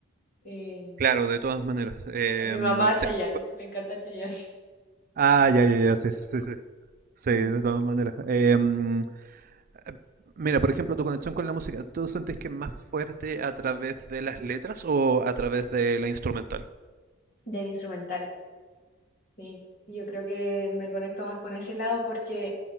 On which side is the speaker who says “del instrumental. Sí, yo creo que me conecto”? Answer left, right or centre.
Left